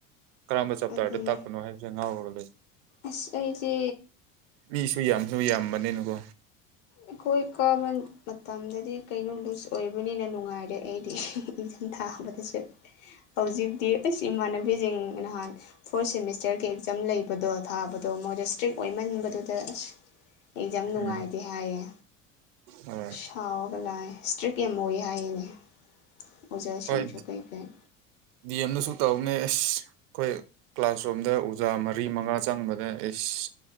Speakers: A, on the right; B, on the left.
A: ꯀꯔꯝꯕ ꯆꯞꯇꯔꯗ
B: ꯑꯗꯨꯅ
A: ꯇꯥꯛꯄꯅꯣ ꯍꯥꯏꯕꯁꯦ ꯉꯥꯎꯔꯒ ꯂꯩ
B: ꯑꯁ ꯑꯩꯁꯤ
A: ꯃꯤꯁꯨ ꯌꯥꯝꯁꯨ ꯌꯥꯝꯕꯅꯤꯅꯀꯣ
B: ꯑꯩꯈꯣꯏ ꯀꯥꯕ ꯃꯇꯝꯗꯗꯤ ꯀꯩꯅꯣ ꯂꯨꯖ ꯑꯣꯏꯕꯅꯤꯅ ꯅꯨꯡꯉꯥꯏꯔꯦ ꯑꯩꯗꯤ ꯑꯦꯛꯖꯥꯝ ꯊꯥꯕꯗꯁꯨ ꯍꯧꯖꯤꯛꯇꯤ ꯑꯩꯁ ꯏꯃꯥꯟꯅꯕꯤꯁꯤꯡ ꯅꯍꯥꯟ ꯐꯣꯔꯠ ꯁꯦꯃꯤꯁꯇꯔꯒꯤ ꯑꯦꯛꯖꯥꯝ ꯂꯩꯕꯗꯣ ꯊꯥꯕꯗꯣ ꯃꯣꯏꯗꯣ ꯏꯁꯇ꯭ꯔꯤꯛ ꯑꯣꯏꯃꯟꯕꯗꯨꯗ ꯑꯁ ꯑꯦꯛꯖꯥꯝ ꯅꯨꯡꯉꯥꯏꯇꯦ
A: ꯎꯝ
B: ꯍꯥꯏꯌꯦ
A: ꯍꯣꯏ
B: ꯁꯥꯎꯔꯒ ꯂꯥꯛꯑꯦ ꯏꯁꯇ꯭ꯔꯤꯛ ꯌꯥꯝꯅ ꯑꯣꯏ ꯍꯥꯏꯌꯦꯅꯦ ꯑꯣꯖꯥꯁꯤꯡꯁꯨ
A: ꯍꯣꯏ
B: ꯀꯩ ꯀꯩ
A: ꯗꯤ ꯑꯦꯝꯗꯁꯨ ꯇꯧꯕꯅꯦ ꯑꯁ ꯑꯈꯣꯏ ꯀ꯭ꯂꯥꯁꯔꯨꯝꯗ ꯑꯣꯖꯥ ꯃꯔꯤ ꯃꯉꯥ ꯆꯪꯕꯗ ꯑꯩꯁ